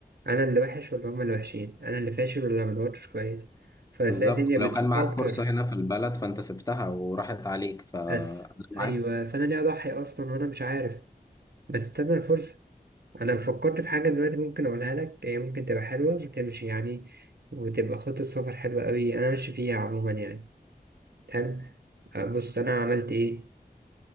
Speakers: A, on the right; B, on the left.
A: انا اللي وحش ولا هما اللي وحشين انا اللي فاشل ولا ما دورتش كويس فتلاقي
B: بالظبط
A: الدنيا
B: ولو
A: بتسوق
B: كان معاك
A: اكتر
B: فرصه هنا في البلد فانت سبتها وراحت عليك ف أنا
A: بس
B: معاك
A: ايوه فانا ليه اضحي اصلا وانا مش عارف ما تستنى الفرصه انا فكرت في حاجه دلوقتي ممكن اقولها لك هي ممكن تبقى حلوه وتمشي يعني وتبقى خطه سفر حلوه قوي انا ماشي فيها عموما يعني حلو أه، بص انا عملت ايه